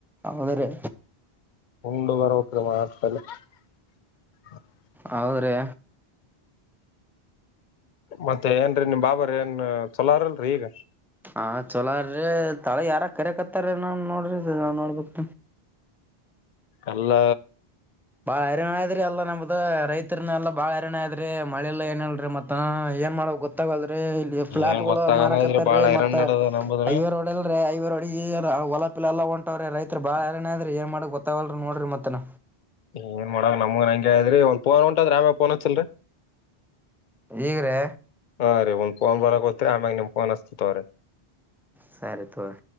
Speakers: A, in the centre; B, on the left.
A: ಹೌದರಿ.
B: <unintelligible>
A: ಹೌದ್ರಿ.
B: ಮತ್ತೆ ಏನರಿ ನಿಮ್ ಬಾಬಾರ ಏನ್ ಚೊಲೋರಲ್ರರಿ ಈಗ.
A: ಹಾ ಚೊಲೋರೀ ತಳಗ ಯಾರ ಕರಿಕತ್ತಾರ ನಾನ್ ನೋಡ್ರಿ ನ ನೋಡ್ಬಕ್
B: ಅಲ್ಲ.
A: ಬಾಳ ಐರಾಣ ಆದ್ರಿ ಎಲ್ಲಾ ನಮ್ದ ರೈತರನ ಎಲ್ಲಾ ಬಾಳ ಐರಣ ಆಯದ್ರರಿ ಮಳೆಲ್ಲ ಏನ್ ಹೇಳರಿ ಮತ್ತ ಏ ಗಲ್ ಇಲ್ಲಿ ಫ್ಲಾಟ್
B: ಏನ್
A: ಗಳು
B: ಗೊತ್ತಾಗಲ್ಲ
A: ಮಾರಕತ್ತಾರೀ
B: ಇದ್ರಿ ಬಾಳ ಹೈರಾಣ
A: ಮತ್ತ
B: ನಡದ ನಂಬುದ್ರ
A: ಐವ ರೋಡ್ ಅಲ್ರೀ ಐವ ರೋಡ್. ಹೊಲಪಿಲ್ ಎಲ್ಲ ಹೊಂಟವ್ರ ರೈತ್ ಬಾಳ ಹೈನಾರ ಅಗ್ಯಾರ ಏನ್ ಮಾಡಾ ಗೊತ್ತಾವಲ್ರ ನೋಡಿ ಮತ್ತನ
B: ಏನ್ ಮಾಡಾಕ್ ನಮಗನ್ ಹಂಗೆ ಆಗ್ಯದ್ರಿ ಒಂದ್ ಫೋನ್ ಒಂಟುದ್ರೆ ಆಮೇಲೆ ಫೋನ್ ಹಚ್ಚಿರಿ
A: ಈಗ್ರೇ
B: ಹ ರೀ ಒಂದ್ ಫೋನ್ ಬರೋತ್ರಿ ಆಮ್ಯಾಗ ನಿಮ್ ಫೋನ್ ಹಚ್ಚಿತೀನಿ ತಕೋರಿ
A: ಸರಿ ತಕೋರಿ